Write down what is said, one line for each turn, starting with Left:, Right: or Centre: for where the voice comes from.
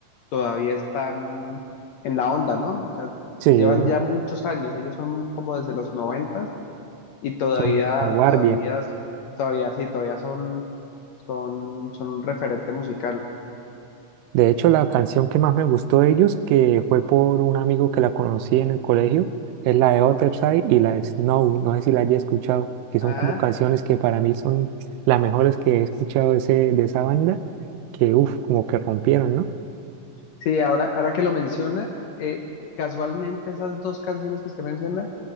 Left: todavía están en la onda, ¿no? O sea,
Right: Sí,
Left: llevan ya muchos años, ellos son como desde los noventas y todavía,
Right: son vieja guardia.
Left: todavía, todavía sí, todavía son, son, son un referente musical.
Right: De hecho, la canción que más me gustó de ellos, que fue por un amigo que la conocí en el colegio, es la de Otherside y la de Snow. No sé si la haya escuchado, que
Left: Ajá,
Right: son como canciones que para mí son las mejores que he escuchado de, ese, de esa banda, que uff, como que rompieron, ¿no?
Left: sí, ahora, ahora que lo menciona, eh, casualmente esas dos canciones que usted menciona